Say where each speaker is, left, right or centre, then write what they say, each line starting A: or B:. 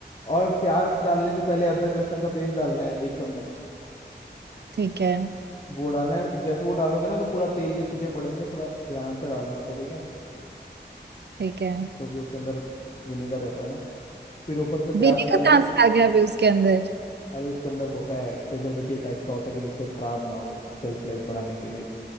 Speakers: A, on the left; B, on the right.
A: और प्याज डालने से पहले अदरक लहसुन का पेस्ट डालना है एक चम्मच
B: ठीक है
A: वो डालना है जैसे वो डालोगे ना तो पूरा तेल के छींटे पड़ेंगे थोड़ा ध्यान से डालना उसको ठीक है
B: ठीक है
A: क्योंकि उसके अंदर विनेगर रहता है ना फिर ऊपर से
B: विनेगर
A: प्याज डाल
B: कहाँ
A: दो
B: से आ गया अभी उसके अंदर
A: अरे उसके अंदर होता है प्रिजर्वेटिव टाइप का होता है कि जिससे खराब ना हो सेल्फ लाइफ बढ़ाने के लिए